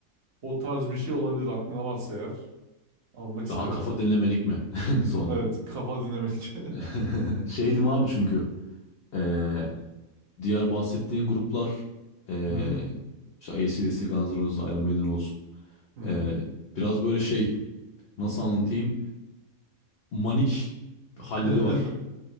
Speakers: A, on the right (about 55°); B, on the left (about 60°).
A: O tarz bir şey olabilir aklına varsa eğer. Almak isterim.
B: Daha kafa dinlemelik mi <laughs>
A: Hı
B: sonra?
A: hı, Evet. Kafa dinlemek. <laughs>
B: <laughs> Şeydim abi çünkü. ee, diğer bahsettiğin gruplar ee,
A: Hı hı,
B: işte AC/DC, Guns N' Roses, Iron Maiden olsun.
A: hı hı.
B: Ee, biraz böyle şey nasıl anlatayım? Manik
A: <laughs>
B: halleri var.